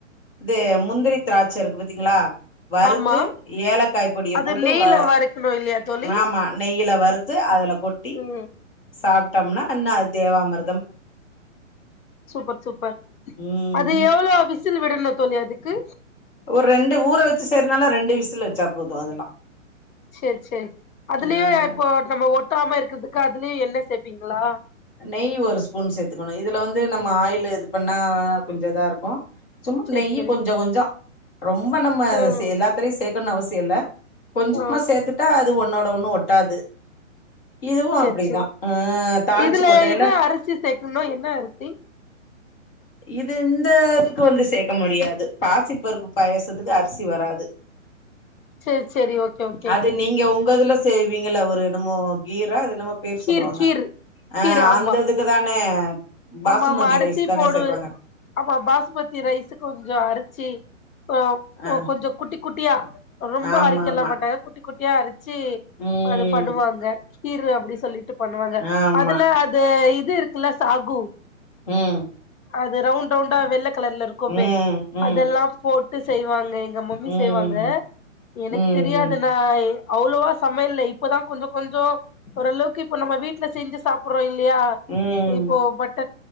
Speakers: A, on the left; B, on the left.
A: இது முந்திரி த்ராச்சருக்கு பாத்தீங்களா வறுத்து
B: ஆமா
A: ஏலக்காய் பொடிய
B: அது
A: போட்டு
B: நெய்ல
A: வ
B: வறுக்கணு இல்லையா தோழி
A: ஆமா நெய்ல வ டுத்து அதுல கொட்டி
B: ம்
A: சாப் ட்டம்னா இன்னா அது தேவாமிர்
B: சூப்பர் சூப்பர்
A: ம்
B: அது எவ்ளோ விசில் விடணு தோழி அதுக்கு
A: ஒரு ரெண்டு ஊர வச்சு செய்றனால ரெண்டு விசில் வச்சா போது அதெல்லா
B: செரி செரி அதுலயு
A: ஆ
B: இப்போ நம்ம ஒட் டாம இருக்கற்துக்கு அதுலயு எண்ணெ சேப்பீங்களா
A: நெய் ஒரு ஸ்பூன் சேத்துக்கணு இதுல வந்து நம்ம ஆயில் இது பண்ணா கொஞ்சோ இதாருக்கு சும்மா
B: சேரி
A: நெய்
B: சேரி
A: கொஞ்ச கொஞ்சோ ரொம்ப நம்ம
B: ம்
A: சே எல்லாத்லயு சேக் கணு அவசிய இல்ல கொஞ்சமா
B: ஆ
A: சேத்துட்டா து உன்னோட ஒண்ணு ஒட்டாது இதுவு
B: சேரி
A: அப்டிதா
B: சேரி
A: ஆ தாளிச்சு
B: இதுல
A: கொட்டையில
B: என்ன அரிசி சேக்கணு என்ன அரிசி
A: இத இந்த க்கு வந்து சேக்க முடியாது பாசிப்பருப்பு பாயசத்துக்கு அரிசி வராது
B: சேரி சேரி ஓகே ஓகே
A: அது நீங்க உங்க துல செய்வீங்ள ஒரு என்னமோ கீரா அது என்னுமோ பேர்
B: கீர்
A: சொல்லுவாங்க
B: கீர்
A: ஆ
B: கீர் ஆமா
A: அந்ததுக்கு தானே பாசுமதி
B: ஆமா ஆமா அரிசி
A: ரைஸ் தானே
B: போடு
A: சேப்பாங்க
B: <unintelligible> ஆமா பாஸ்மதி ரைஸு கொஞ்சோ அரிசி ஆ
A: ஆ
B: போ கொஞ்சோ குட்டிக் குட்டியா ரொம்ப
A: ஆமா
B: அடிக்கலா
A: ஆமா
B: மாட்டாங்க குட்டி குட்டியா அடி ச்சு
A: ம்
B: அது பண்ணுவாங்க கீரூ அப்டி சொல்லிட்டு பண்ணுவாங்க
A: ஆமா
B: அதுல அது இ இது இருக்குல்ல சாகு
A: ம்
B: அது ரவ்ண்ட் ரவ்ண்ட்டா வெள்ள கலர்ல இருக்கும்பே
A: ம் ம்
B: அதெல்லா போட் டு செய்வாங்க எங்க மம்மி
A: ம்
B: செய்வாங்க எனக்கு
A: ம் ம்
B: தெரியாது நா அவ்ளோவா சமையல்ல இப்போதா கொஞ்சோ கொஞ்சோ ஓரளவுக்கு இப்ப நம்ம வீட்ல செஞ்சு சாப்புட்றோ இல் லயா
A: ம்
B: இப்போ பட்